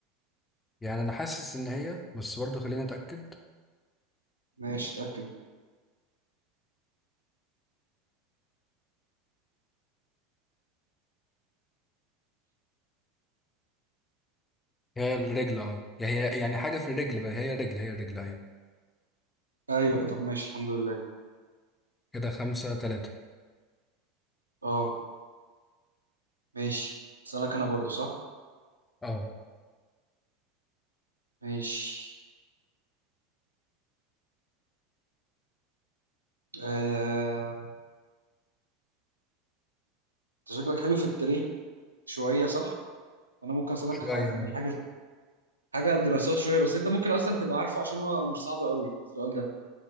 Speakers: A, on the left; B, on the right.
A: يعني انا حاسس ان هي بس برضه خليني اتاكد
B: ماشي اتأكد
A: هي الرجل اه يعني هي يعني حاجه في الرجل بقى هي رجل هي رجل ايوه
B: أيوه طب ماشي الحمد لله
A: كده خمسة تلاتة
B: أه ماشي أسألك أنا برضو صح؟
A: اه
B: ماشي آم، أنت شكلك حلو في التاريخ شوية صح؟ أنا ممكن أسألك
A: شويه
B: ح- يعني
A: اه
B: حاجة حاجه دراسات شويه بس انت ممكن اصلا تبقى عارفه عشان هو مش صعب قوي السؤال ده